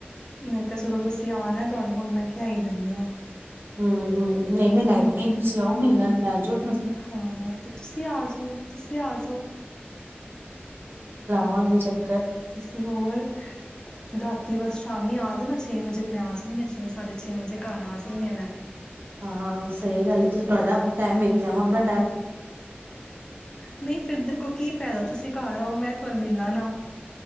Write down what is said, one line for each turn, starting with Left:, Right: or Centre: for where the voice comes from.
Left: ਮੈਂ ਕਿਹਾ ਚਲੋ ਤੁਸੀਂ ਆਣਾ ਤੁਹਾਨੂੰ ਹੁਣ ਮੈਂ ਕਹਿ ਹੀ ਦਿੰਦੀ ਹਾਂ
Right: ਹਮ ਹਮ ਨਹੀਂ ਮੈਂ ਲੈ ਕੇ ਤੁਸੀਂ ਆਓ ਮਿਲਣ ਲੈ ਜੋ
Left: ਹਾਂ ਤੇ ਤੁਸੀਂ ਆ ਜਾਓ ਤੁਸੀਂ ਆ ਜਾਓ
Right: ਹੋ ਚ
Left: ਤੁਸੀਂ ਹੋਰ ਰਾਤੀ ਬਸ ਸ਼ਾਮੀ ਆ ਦੇਣਾਸੀ ਛੇ ਵਜੇ ਮੈਂ ਆ ਜਾਂਦੀ ਹਾਂ ਛੇ ਸਾਢੇ ਛੇ ਵਜੇ ਘਰ ਆ ਜਾਂਦੀ ਹਾਂ ਮੈਂ
Right: ਹਾਂ ਸਹੀ ਗੱਲ ਹੈ ਤੁਸੀਂ ਤੁਹਾਡਾ ਟਾਈਮ ਵੇਖਿਆ ਵਾ ਮੈ
Left: ਨਹੀਂ ਫਿਰ ਦੇਖੋ ਕੀ ਫਾਇਦਾ ਤੁਸੀਂ ਘਰ ਆਓ ਮੈਂ ਤੁਹਾਨੂੰ ਮਿਲਣਾ ਨਾ